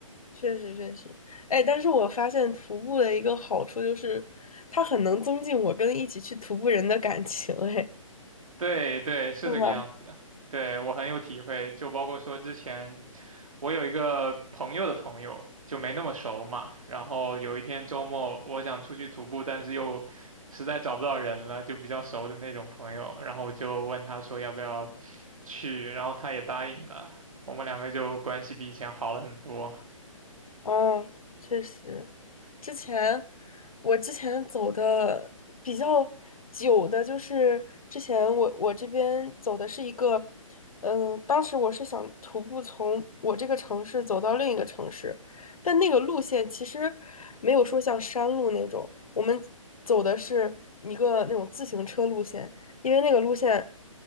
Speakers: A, on the left (about 85°); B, on the right (about 75°).
A: 确实确实，哎，但是我发现徒步的一个好处就是，它很能增进我跟一起去徒步人的感情，哎，
B: 对对，是这个样子。
A: <laughs> 对吧？
B: 对，我很有体会，就包括说之前。我有一个朋友的朋友，就没那么熟嘛。然后有一天周末，我想出去徒步，但是又实在找不到人了，就比较熟的那种朋友。然后我就问他说要不要去，然后他也答应了。我们两个就关系比以前好了很多。
A: 哦，确实。之前我之前走的比较久的，就是之前我我这边走的是一个，嗯、当时我是想徒步从我这个城市走到另一个城市，但那个路线其实没有说像山路那种，我们走的是一个那种自行车路线，因为那个路线